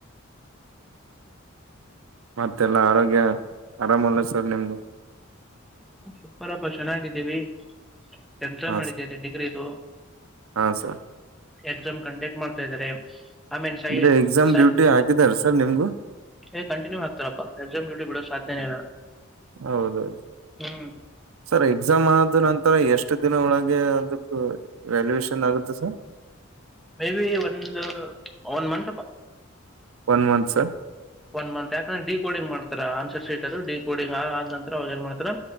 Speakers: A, on the right; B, in the centre.
A: ಮತ್ತೆಲ್ಲ ಆರೋಗ್ಯ ಆರಾಮ ಅಲ್ಲ ಸರ್ ನಿಮ್ದು.
B: ಹ ಸುಪರಪ ಚೆನ್ನಾಗಿದ್ದೀವಿ ಎಕ್ಸಾಮ್
A: ಹಾ
B: ನಡೀತದೆ
A: ಸರ್
B: ಡಿಗ್ರಿದು.
A: ಹಾ ಸರ್.
B: ಎಕ್ಸಾಮ್ ಕಂಡಕ್ಟ್ ಮಾಡ್ತಾ ಇದಾರೆ. ಐ ಮೀನ್ ಸೈ
A: ಅಂದ್ರೆ ಎಕ್ಸಾಮ್
B: ಸೈ
A: ಡ್ಯೂಟಿ ಹಾಕಿದಾರ ಸರ್ ನಿಮ್ಗೂ
B: ಏ ಕಂಟಿನ್ಯೂ ಹಾಕ್ತಾರಪ್ಪ. ಎಕ್ಸಾಮ್ ಡ್ಯೂಟ ಬಿಡೋ ಸಾಧ್ಯನೆ ಇಲ್ಲ.
A: ಹೌದೌದು
B: ಹ್ಮ್
A: ಸರ್ ಎಕ್ಸಾಮ್ ಆದ ನಂತರ ಎಷ್ಟ ಎಷ್ಟು ದಿನ ಒಳಗೆ ಅದಕ್ಕ ವ್ಯಾಲ್ಯಯಷನ್ ಆಗುತ್ತೆ ಸರ್.
B: ಮೇಬಿ ಒಂದು ಒನ್ ಮಂತ್ ಅಪ.
A: One month sir.
B: One month ಯಾಕಂದ್ರೆ ಡಿಕೋಡಿಂಗ್ ಮಾಡ್ತಾರ ಆನ್ಸರ್ ಶೀಟ್ ಅದು ಡ ಕೋಡಿಂಗ್ ಆದ ನಂತರ ಅವಾಗ ಏನ್ ಮಾಡ್ತಾರ